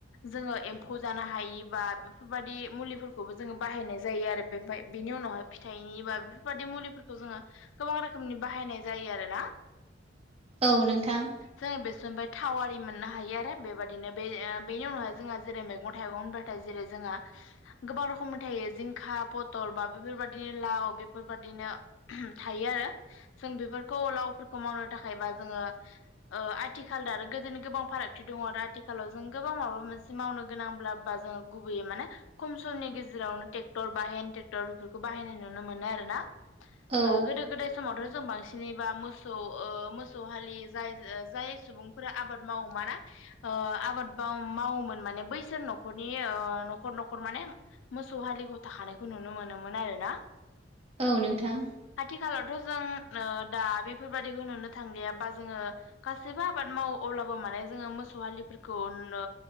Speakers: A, on the left (about 80°); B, on the right (about 35°).
A: जोङो एम्फौ जानो हायिबा बेफोरबायादि मुलिफोरखौबो जोङो बाहायनाय जायो आरो बेमफाय बेनि उनावहाय फिथाइनि बा बेफोरबायदि मुलिफोरखौ जोङो गोबां रोखोमनि बाहायनाय जायो आरोना।
B: औ नोंथां।
A: जाय बेसर निफाय थाव आरि मोननो हायो आरो बेबायदिनो बे बेनि उनावहाय जोंहा जेरै मैगं थाइगं होनब जेरै जोंहा गोबां रखनि थायो जिंखा, पथल बा बेफोरबायदिनो लाव बेफोरबादिनो थायो आरो जों बेफोरखौ लावफोरखौ मावनो थाखायबा जोङो ओ आथिखाल दा आरो गोदोनि गोबां फारागथि दङ आरो आथिखालाव जों गोबां माबा मोनसे मावनो गोनांब्ला बा जोङो गुबैयै माने खम समनि गेजेरावनो ट्रेक्टर बा हेन ट्रेक्टर बेफोरखौ बाहायनाय नुनो मोनो आरो। ना
B: औ
A: ओ गोदो गोदाय समावथ' जों बांसिनैबा मोसौ ओ मोसौ हालि जाय- जाय सुबुंफोरा आबाद मावो मा ना ओ आबाद मावोमोन माने बैसोर न'खरनि ओ न'खर न'खर माने मोसौ हालिग थाखानायखौ नुनो मोनोमोन आरोना।
B: औ नोंथां।
A: आथिखालावथ' जों ओ दा बेफोरबादिखौ नुनो थांलियाबा जोङो गासैबो आबाद मावो अब्लाबो माने जोङो मोसौ हलिफोरखौ नो